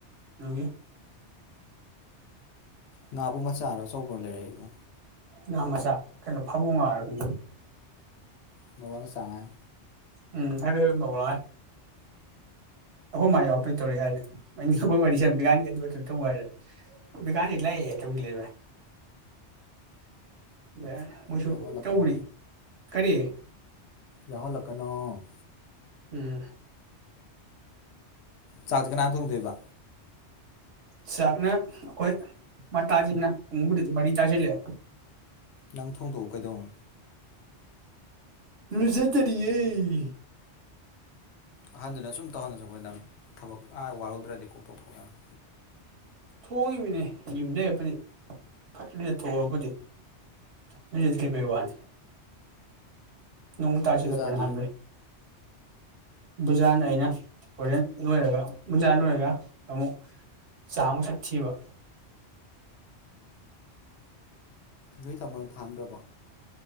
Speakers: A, on the right; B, on the left.
A: ꯑꯒꯤ
B: ꯉꯥꯕꯨ ꯃꯆꯥꯔꯣ ꯑꯆꯧꯕꯅꯣ ꯂꯩꯔꯛꯏꯕꯣ
A: ꯉꯥ ꯃꯆꯥ ꯀꯩꯅꯣ ꯐꯃꯣ ꯉꯥꯔꯒꯅꯤ
B: ꯉꯧꯔꯒ ꯆꯥꯉꯥꯏ
A: ꯎꯝ <unintelligible> ꯍ ꯑꯍꯨꯝ ꯃ ꯌꯥꯎꯛꯇꯣꯏ ꯗꯧꯔꯤ ꯍꯥꯏꯅꯦ ꯋꯥꯔꯤ <unintelligible> ꯕꯤ <unintelligible> ꯇꯧꯕ <unintelligible> ꯍꯥꯏꯔ <unintelligible> ꯕꯤ <unintelligible> ꯂꯥꯛꯑꯦꯦ <unintelligible> ꯇꯧꯗꯤ <unintelligible> ꯂꯩꯕ <unintelligible> ꯃꯣꯏꯁꯨ
B: ꯌꯥꯎꯍꯜꯂꯛꯀꯅꯨ
A: ꯇꯧꯕꯅꯤ ꯀꯔꯤ
B: ꯌꯥꯎꯍꯜꯂꯛꯀꯅꯣ
A: ꯎꯝ
B: ꯆꯥꯛꯇꯤ ꯀꯅꯥꯅ ꯊꯣꯡꯗꯣꯏꯕ
A: ꯆꯥꯀꯅꯥ ꯑꯈꯣꯌ ꯃꯇꯥꯖꯤꯅꯥ ꯄꯨꯪꯕꯨꯗꯤ ꯃꯔꯤ ꯇꯥꯖꯤꯂꯛ ꯂꯦ
B: ꯅꯪ ꯊꯣꯡꯗꯣꯛꯎ <unintelligible> ꯀꯩꯗꯧꯉꯣ
A: ꯂꯨꯖꯥꯇꯔꯤꯌꯦ
B: ꯑꯍꯟꯗꯨꯅ ꯁꯨꯝ ꯇꯧꯍꯜꯂꯁꯨ ꯑꯩꯈꯣꯏ ꯅꯪ ꯊꯕꯛ ꯑꯥ ꯋꯥꯔꯨꯗ꯭ꯔꯗꯤ ꯀꯣꯛ ꯇꯧꯊꯣꯛꯑꯦ ꯅꯪ
A: ꯊꯣꯡꯉꯤꯃꯤꯅꯦ ꯌꯨꯝꯗ ꯂꯩꯔꯕꯨꯗꯤ ꯐꯠ ꯂꯨꯖꯊꯣꯀꯅꯨꯗꯤ ꯂꯨꯖꯗꯔꯤꯕꯩ ꯋꯥꯅꯤ ꯅꯣꯡ ꯇꯥꯆꯦꯗꯄꯅꯦ
B: ꯕꯨꯖꯥꯗꯤ
A: ꯍꯥꯟꯕꯤꯏ ꯕꯨꯖꯥꯅ ꯑꯩꯅ ꯍꯣꯔꯦꯟ ꯂꯣꯏꯔꯒ ꯕꯨꯖꯥ ꯂꯣꯏꯔꯒ ꯑꯃꯨꯛ ꯆꯥꯛ ꯑꯃꯨꯛ ꯁꯛ ꯊꯤꯕ
B: ꯅꯣꯏ ꯇꯥꯃꯣ <unintelligible> ꯊꯥꯗ꯭ꯔꯕ